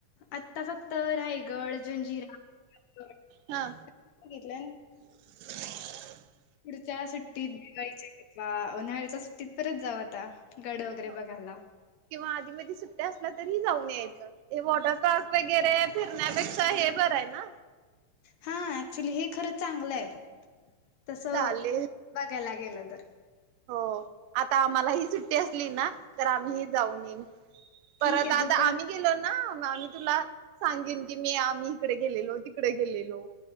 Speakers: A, on the left; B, on the right.
A: आत्ता फक्त <unintelligible> रायगड जंजिरा <unintelligible> बघितलं
B: हा.
A: ना
B: <inaudible>
A: पुढच्या सुट्टीत दिवाळीच्या किंवा उन्हाळ्याच्या सुट्टीत परत जाऊ आता गड वगैरे
B: हो
A: बघायला
B: किंवा आधी मधी सुट्ट्या असल्या तरी जाऊन यायचं हे वॉटर पार्क वगैरे फिरण्यापेक्षा हे बरं आहे ना?
A: हा ऍक्च्युली हे खरंच चांगलं आहे तस
B: चालेल.
A: ब तेला गेलं तर
B: हो आता आम्हाला ही सुट्टी असली ना? तर आम्ही ही जाऊन येईन परत
A: ठीक आहे
B: आता
A: तू पण
B: आम्ही गेलो ना म आम्ही तुला सांगेन की मी आम्ही तिथं गेलेलो, तिकडे गेलेलो